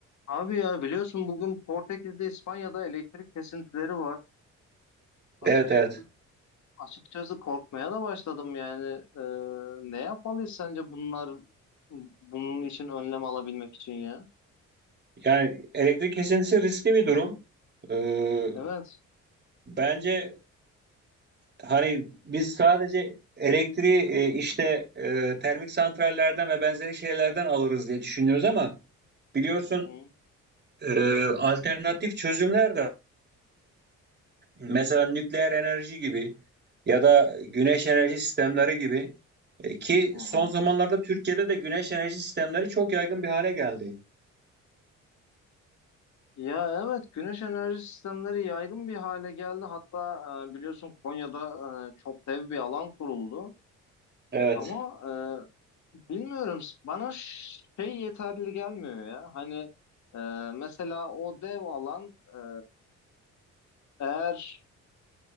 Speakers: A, on the left; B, on the right.
A: Abi ya biliyorsun bugün Portekiz'de İspanya'da elektrik kesintileri var. Açıkçası
B: Evet evet.
A: açıkçası korkmaya da başladım yani. Ee, ne yapmalıyız sence bunlar bunun için önlem alabilmek için ya?
B: Yani elektrik kesintisi riskli bir durum. Ee,
A: Evet.
B: bence hani biz sadece elektriği e, işte e, termik santrallerden ve benzeri şeylerden alırız diye düşünüyoruz ama biliyorsun
A: Hı hı.
B: e, alternatif çözümler de var. mesela nükleer enerji gibi ya da güneş enerji sistemleri gibi E, ki
A: Hı
B: son
A: hı.
B: zamanlarda Türkiye'de de güneş enerji sistemleri çok yaygın bir hale geldi.
A: Ya evet güneş enerji sistemleri yaygın bir hale geldi. Hatta e, biliyorsun Konya'da e, çok dev bir alan kuruldu.
B: Evet.
A: Ama e, bilmiyorum bana şey yeterli gelmiyor ya. Hani e, mesela o dev alan e, eğer